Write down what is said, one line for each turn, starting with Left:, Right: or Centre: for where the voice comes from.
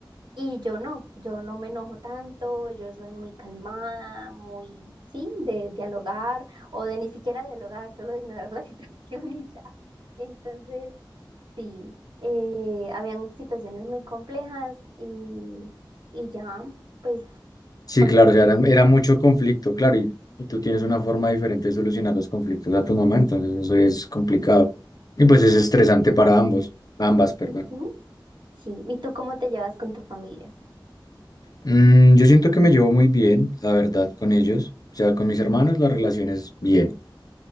Right: Y yo no, yo no me enojo tanto, yo soy muy calmada, muy, sí, de dialogar o de ni siquiera dialogar, solo de ignorar la <laughs> situación y ya. Entonces, sí, eh, habían situaciones muy complejas y, y ya, pues,
Left: Sí,
Right: por
Left: claro,
Right: eso me
Left: o sea,
Right: quedé.
Left: era, era
Right: ahí.
Left: mucho conflicto, claro, y, y tú tienes una forma diferente de solucionar los conflictos a tu mamá, entonces eso es complicado. Y pues
Right: Sí,
Left: es estresante para ambos, ambas, perdón.
Right: ujú, sí. ¿Y tú cómo te llevas con tu familia?
Left: Mm, yo siento que me llevo muy bien, la verdad, con ellos. O sea, con mis hermanos la relación es bien.